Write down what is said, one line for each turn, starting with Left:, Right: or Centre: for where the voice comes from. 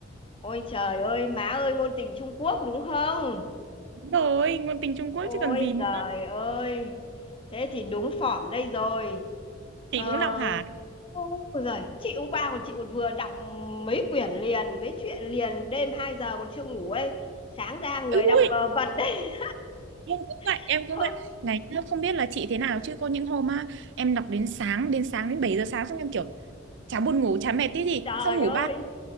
Left: Ôi trời ơi, má ơi, ngôn tình Trung Quốc đúng không?
Right: Đúng Rồi, ngôn tình Trung
Left: Ôi
Right: Quốc chứ còn gì nữa.
Left: giời ơi, thế thì đúng phỏm đây rồi. Ờ,
Right: Chị cũng đọc hả?
Left: ôi giời, chị hôm qua còn chị còn vừa đọc mấy quyển liền, mấy chuyện liền, đêm 2 giờ còn chưa ngủ ấy. Sáng ra người
Right: Ừ,
Left: đang
Right: Ui,
Left: vờ vật đấy.
Right: em cũng vậy,
Left: <laughs>
Right: em cũng vậy. Này, nhá, không biết là chị thế nào chứ có những hôm á, em đọc đến sáng, đến sáng đến 7 giờ sáng xong em kiểu chả buồn ngủ, chả mệt tí gì,
Left: Trời
Right: xong ngủ
Left: ơi,
Right: ba